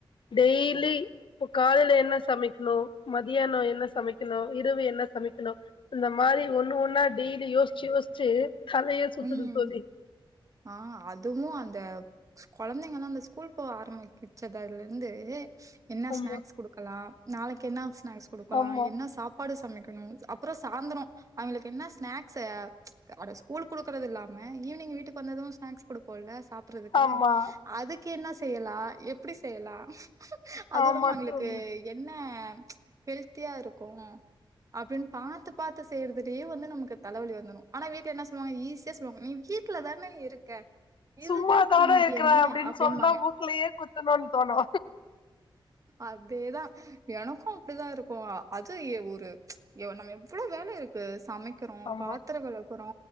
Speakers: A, on the left; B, on the right.
A: டெய்லி இப்பொ காலையில என்ன சமைக்னு மதியான என்ன சமைக்கனு இரவு என்ன சமைக்கனு இந்த மாறி ஒன்னு ஒன்னா டெய்லி யோசுச் யோசுச்சு தலையே சுத்துது
B: ம்
A: தோழி
B: ஆ அதுவு அந்த கொழந்தைங்கலா அந்த ஸ்கூல் போ ஆரம்பிக்கிச்சதலந்து என்னா
A: ஆமா
B: ஸ்நாக்ஸ் குடுக்கலா நாளைக்கு என்னா ஸ்நாக்ஸ் குடுக்கலா
A: ஆமா
B: என்னா சாப் பாடு சமைக்கனு அப்பறொ சாந்தரொ அவெங்களுக் என்ன ஸ்நாக்ஸ் அ அட ஸ்கூல்க் குடுக்கறதில்லாம ஈவ்னிங் வீட்டுக் வந்தது ஸ்நாக்ஸ் குடுப்போல்ல சாப்புட்றதுக்கு
A: ஆமா
B: அதுக்கு என்னா செய்யலா எப்புடி செய்யலா அதுல்லாம
A: ஆமா
B: அய்ங்களுக்கு
A: தோழி
B: என்ன ஹெல்த்தியா இருக்கு அப்டின் பாத்து பாத்து செய்யறதுலே வந்து நமக்கு தலவலி வந்துரு ஆனா வீட்ல என்ன சொ ல்லுவாங்க ஈஸியா சொல்லுவாங்க நீ வீட்ல தான இருக்க இது
A: சும்மா
B: கூட பண்ண
A: தான
B: மாட்டியா
A: இர்க்குற
B: நீ
A: அப்டின்
B: அப்டிம்பாங்க.
A: சொன்னா மூக்லயே குத்தனுன் தோணு
B: அதேதா எனக்கு அப்டிதா இருக்கு அது எ ஒரு யொ நம்ம எவ்ளோ வேல இருக்கு சமைக் க்ரோ
A: ஆமா
B: பாத்தரொ வெளக்கறோ